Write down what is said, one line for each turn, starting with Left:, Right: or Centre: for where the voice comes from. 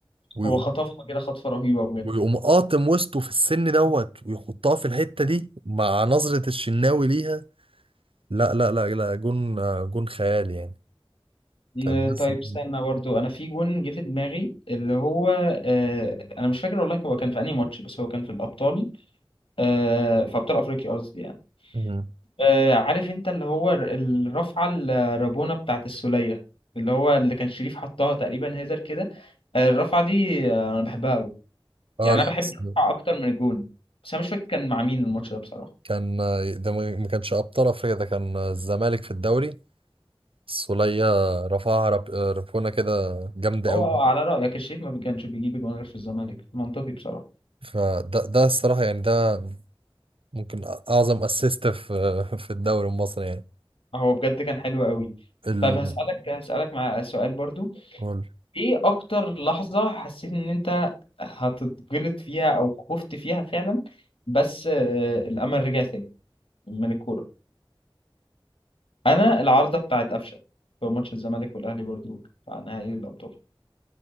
Right: ويقوم
Left: هو خطفها كده خطفة رهيبة بجد
Right: ويقوم قاطم وسطه في السن دوت ويحطها في الحتة دي مع نظرة الشناوي ليها لا لا لا لا جون جون خيالي يعني
Left: ن-
Right: كان
Left: طيب
Right: لسه
Left: استنى برضو انا في جون جه في دماغي اللي هو آه انا مش فاكر والله هو كان في انهي ماتش بس هو كان في الابطال آه في ابطال افريقيا قصدي يعني
Right: مم.
Left: آه عارف انت اللي هو الر- الرفعة الرابونة بتاعت السولية اللي هو اللي كان شريف حطها تقريبا هيدر كده آه الرفعة دي آه انا بحبها قوي
Right: اه
Left: يعني
Right: لا
Left: انا بحب
Right: بس
Left: الرفعة اكتر من الجون بس انا مش فاكر كان مع مين الماتش ده بصراحة
Right: كان آه، ده ما ما كانش ابطال افريقيا ده كان آه، الزمالك في الدوري السولية رفعها رب... آه، ربونة كده جامدة
Left: هو
Right: قوي
Left: آه، على رأيك الشريف ما كانش بيجيب جون غير في الزمالك منطقي بصراحة
Right: فده ده الصراحة يعني ده ممكن اعظم اسيست في في الدوري المصري يعني
Left: هو بجد كان حلو قوي
Right: ال...
Left: طب هسألك هسألك مع سؤال برضو
Right: قول.
Left: ايه اكتر لحظة حسيت ان انت هتتجلط فيها او خفت فيها فعلا بس آه، الامل رجع تاني من الكورة انا العارضة بتاعت قفشة في ماتش الزمالك والاهلي برضو بتاع نهائي الابطال